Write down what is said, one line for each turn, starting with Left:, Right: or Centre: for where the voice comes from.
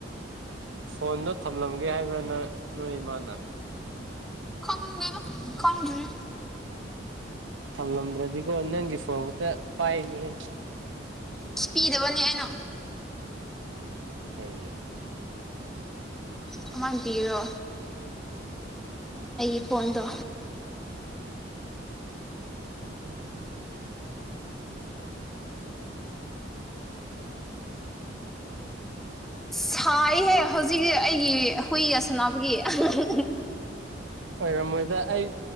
Right: ꯐꯣꯟꯗꯣ ꯊꯝꯂꯝꯒꯦ ꯍꯥꯏꯕ꯭ꯔ ꯅꯪ ꯅꯣꯏ ꯏꯃꯥꯅ
Centre: ꯈꯪꯗꯦꯗ ꯈꯪꯗ꯭ꯔꯤ
Right: ꯊꯝꯂꯝꯗ꯭ꯔꯗꯤꯀꯣ ꯅꯪꯒꯤ ꯐꯣꯟ ꯈꯛꯇ ꯄꯥꯏꯅꯤꯍꯦ
Centre: ꯏꯁ ꯄꯤꯗꯕꯅꯤ ꯑꯩꯅ
Right: ꯀꯩꯒꯤ
Centre: ꯀꯃꯥꯟꯄꯤꯔꯣ ꯑꯩꯒꯤ ꯐꯣꯟꯗꯣ
Right: ꯍꯨꯝ ꯍꯨꯝ ꯍꯨꯝ ꯍꯨꯝ ꯍꯨꯝ ꯍꯨꯝ
Centre: ꯁꯥꯏꯍꯦ ꯍꯧꯖꯤꯛꯀꯤ ꯑꯩꯒꯤ ꯍꯨꯏꯒ ꯁꯥꯟꯅꯕꯒꯤ ꯑ ꯍꯥ ꯍꯪ ꯍ ꯍꯪ
Right: ꯑꯣꯏꯔꯝꯃꯣꯏꯗ ꯑꯩ